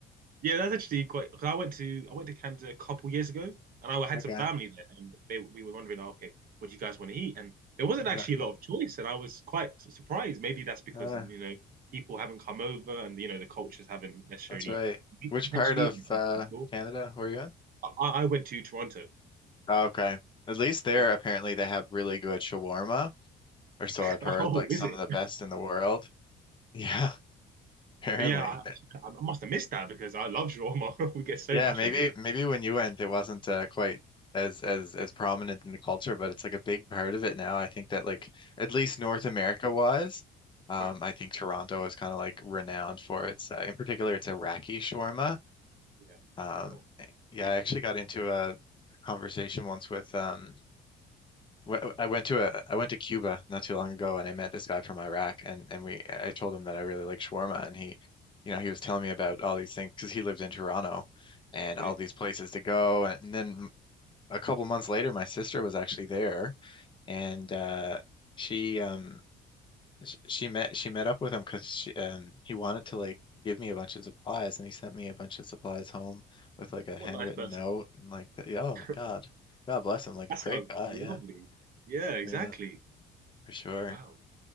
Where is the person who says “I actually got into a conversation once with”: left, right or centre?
Left